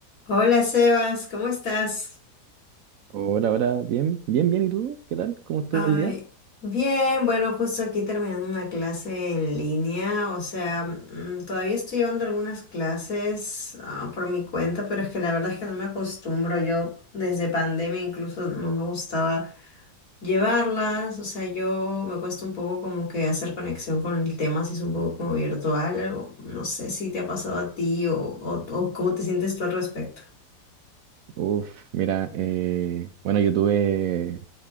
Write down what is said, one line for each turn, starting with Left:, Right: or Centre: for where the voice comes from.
Left: Hola Sebas, ¿cómo estás?
Right: Hola, hola, bien, bien, bien. ¿Y tú? ¿Qué tal? ¿Cómo estuvo
Left: Ay,
Right: el día?
Left: bien, bueno, justo aquí terminando una clase en línea, o sea, mm, todavía estoy llevando algunas clases ah, por mi cuenta, pero es que la verdad es que no me acostumbro, yo desde pandemia incluso no me gustaba llevarlas, o sea, yo me cuesta un poco como que hacer conexión con el tema, si es un poco como virtual, algo, no sé si te ha pasado a ti o, o, o cómo te sientes tú al respecto.
Right: Uf, mira, eh, bueno, yo tuve